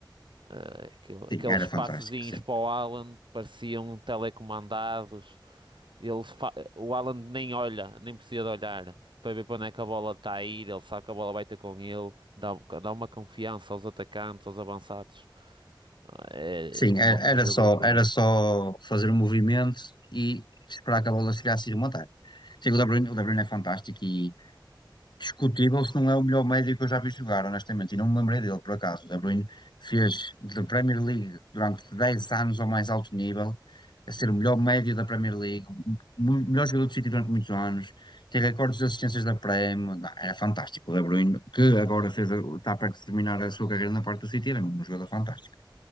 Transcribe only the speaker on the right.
Eh, aquele-
aqueles
passezinhos
para o Haaland pareciam telecomandados. Ele fa- O Alan nem olha, nem precisa de olhar para ver para onde é que a bola está a ir. Ele sabe que a bola vai ter com ele, dá, dá uma confiança aos atacantes, aos avançados. É
uma
coisa
do outro
mundo.